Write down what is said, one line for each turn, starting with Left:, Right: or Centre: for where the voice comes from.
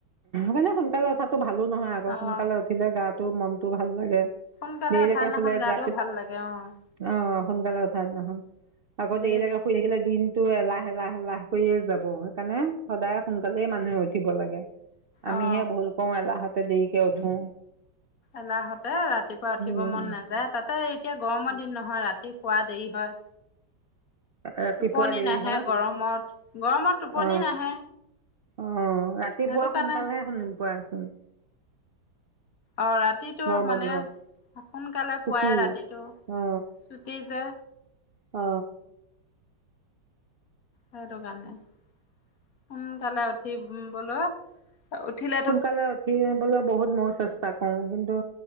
Right: মানে সোনকালে উঠাটো ভালো নহয় আকৌ
Left: অ',
Right: সোনকালে উঠিলে গাটো মনটো ভাল লাগে
Left: সোনকালে
Right: দেৰিলৈকে
Left: উঠাৰ দিনাখন
Right: শুলে
Left: গাটোও
Right: গাতোত
Left: ভাল লাগে অ',
Right: অ অ সোনকালে উঠা দিনাখন আকৌ
Left: দেৰি
Right: দেৰিলৈকে শুই থাকিলে দিনতো এলাহ এলাহ এলাহ কৰিয়ে যাব সেইকাৰণে সদায় সোনকালেই মানুহে উঠিব লাগে আমিহে
Left: অ',
Right: ভুল কওঁ এলাহতে দেৰিকে উঠো
Left: এলাহতে ৰাতিপুৱা উঠিব
Right: উম
Left: মন নাযায় তাতে এতিয়া গৰমৰ দিন নহয় ৰাতি শুৱা দেৰি হয়
Right: ৰাতিপুৱা
Left: টোপনি
Right: দেৰি
Left: নাহে
Right: হয়
Left: গৰমত গৰমত টোপনি
Right: অ
Left: নাহে
Right: অ ৰাতিপুৱা
Left: সেইটো কাৰণে
Right: সোনকালেহে শুনি পোৱাচোন
Left: অ ৰাতিটো
Right: গৰমৰ
Left: মানে
Right: দিনত
Left: সোনকালে
Right: ছুটি
Left: পোৱাই ৰাতিটো
Right: অ
Left: ছুটি যে
Right: অ
Left: সেইটো কাৰণে সোনকালে উঠিবলৈ উঠিলে
Right: সোনকালে উঠিবলৈ বহুত মৌজ আছে কৰো কিন্তু